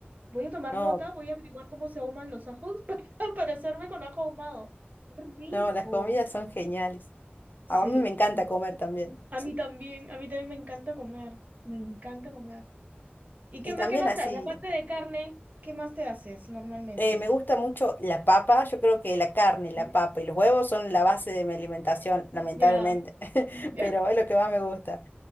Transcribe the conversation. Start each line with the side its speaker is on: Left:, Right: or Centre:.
Right: Voy a tomar
Left: No,
Right: nota, voy a averiguar cómo se ahuman los ajos <laughs> para, para hacerme con ajo ahumado. ¡Qué rico!
Left: no, las comidas son geniales.
Right: Sí,
Left: A mí me encanta
Right: mm,
Left: comer también.
Right: a
Left: Sí.
Right: mí también, a mí también me encanta comer, me encanta comer. ¿Y qué
Left: Y
Right: más,
Left: también
Right: qué más
Left: así,
Right: te haces? Aparte de carne, ¿qué más te haces normalmente?
Left: eh, me gusta mucho la papa. Yo creo que la carne, la
Right: Y-
Left: papa y los huevos son la base de mi alimentación, lamentablemente.
Right: Ya.
Left: <laughs>
Right: Ya.
Left: Pero
Right: <laughs>
Left: es lo que más me gusta.